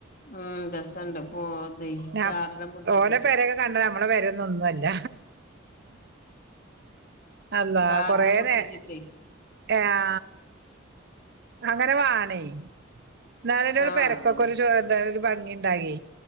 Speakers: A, on the left; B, on the right.
A: ഉം രസണ്ട് പോത
B: ഞാൻ
A: കാരണം കുടിപ്പിച്ചിട്ടെ
B: ഓലെ പെരയൊക്കെ കണ്ട നമ്മളെ പെരെന്നൊന്നും അല്ല അന്താ
A: ഗാർഡൻ
B: കൊറേനേ
A: പുടിപ്പിച്ചിട്ടേ
B: ഏ ആ അങ്ങനെ വേണേ എന്നാല് ഒരാൾ
A: ആഹ്
B: പെരക്കൊക്കെ
A: അതന്നെ
B: ഒരു ചോ എന്ത ഭംഗി ഉണ്ടാകേ